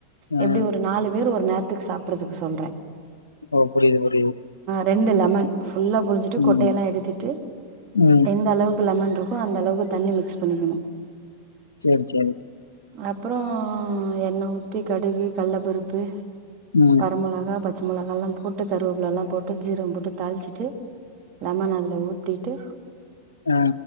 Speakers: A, on the left; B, on the right.
A: ம்
B: எப்பிடி ஒரு நாலு பேர் ஒ நேரத்துக்கு சாப்பிடறதுக்கு சொல்றே
A: ஓ புரியுது புரியுது
B: ரெண்டு லமன் ஃபுல்லா புழிஞ்சுட்டு கொட்டையெல்லா
A: ம்
B: எடுத்துட்டு
A: ம்
B: எந்த அளவு லமன் இருக்கோ அந்த அளவுக்கு தண்ணி மிக்ஸ் பண்ணிக்கணு
A: சேரி சேரி
B: அப்புறோ எண்ண ஊத்தி கடுகு கல்ல பருப்பு
A: ம்
B: வர மெளகா பச் பச்சமெளகாலா போட்டு கருவேப்லல்லா போட்டு ஜீரம் போட்டு தாழிச்சிட்டு லமன் அதுல ஊத் த்திட்டு
A: அ